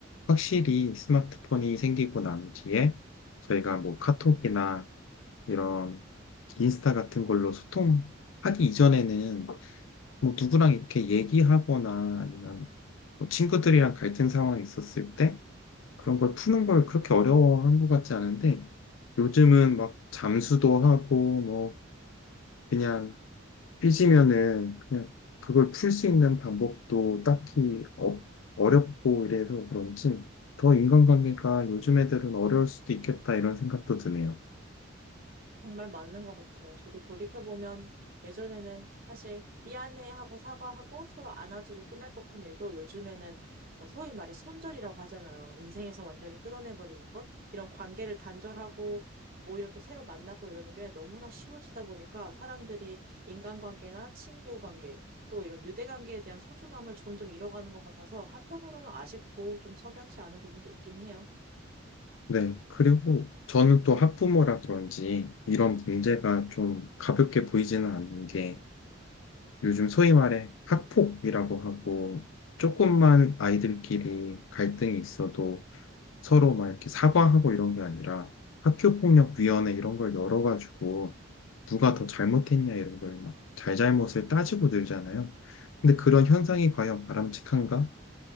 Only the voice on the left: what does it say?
확실히 스마트폰이 생기고 난 뒤에 저희가 뭐 카톡이나 이런 인스타 같은 걸로 소통하기 이전에는 뭐 누구랑 이렇게 얘기하거나 아니면 뭐 친구들이랑 갈등 상황이 있었을 때 그런 걸 푸는 걸 그렇게 어려워한 것 같지 않은데 요즘은 막 잠수도 하고 뭐 그냥 삐지면은 그냥 그걸 풀 수 있는 방법도 딱히 어, 어렵고 이래서 그런지 더 인간관계가 요즘 애들은 어려울 수도 있겠다 이런 생각도 드네요.
네. 그리고 저는 또 학부모라 그런지 이런 문제가 좀 가볍게 보이지는 않는 게 요즘 소위 말해 학폭이라고 하고 조금만 아이들끼리 갈등이 있어도 서로 막 이렇게 사과하고 이런 게 아니라 학교폭력위원회 이런 걸 열어가지고 누가 더 잘못했냐 이런 걸 막 잘잘못을 따지고 늘잖아요. 근데 그런 현상이 과연 바람직한가?